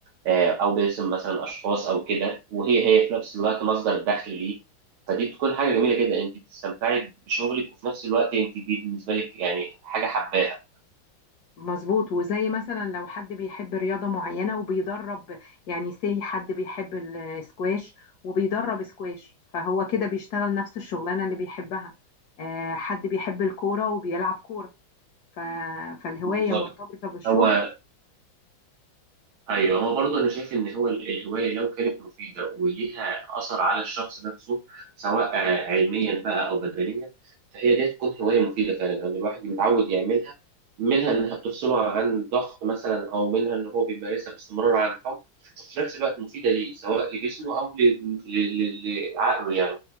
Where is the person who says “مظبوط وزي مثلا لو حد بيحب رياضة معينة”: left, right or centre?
Left